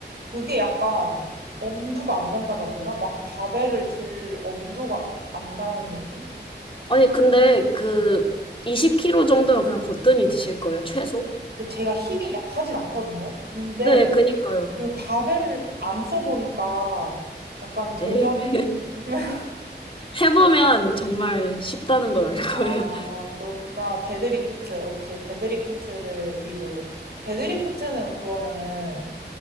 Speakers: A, on the right; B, on the left.
A: 그게 약간 엄두가 안 난다 그랬나? 막 바벨을 들 엄두가 안 나는 느낌?
B: 아니, 근데 그
A: 네.
B: 20kg 정도는 그냥 거뜬히 드실 거예요, 최소?
A: 근데 제가 힘이 약하진 않거든요. 근데
B: 네, 그니까요.
A: 그 바벨을 안 써보니까 약간 도전인
B: 에이,
A: 느낌? <laughs>
B: 해보면 정말 쉽다는 걸 알 거예요.
A: 아, 그렇구나. 데드리프트. 오케이. 데드리프트를 위주로. 데드리프트는 그러면은